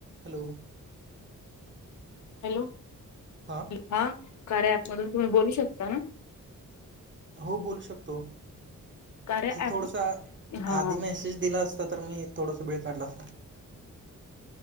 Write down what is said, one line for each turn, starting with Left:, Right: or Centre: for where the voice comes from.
Right: हॅलो..
Left: हॅलो..
Right: हा..
Left: हा.. कार्या ऍप मधून तुम्ही बोलू शकता ना?
Right: हो बोलू शकतो.
Left: कार्या ॲप
Right: थोडसा
Left: हा
Right: आधी मेसेज दिला असता तर? मी थोडस वेळ काढला असता?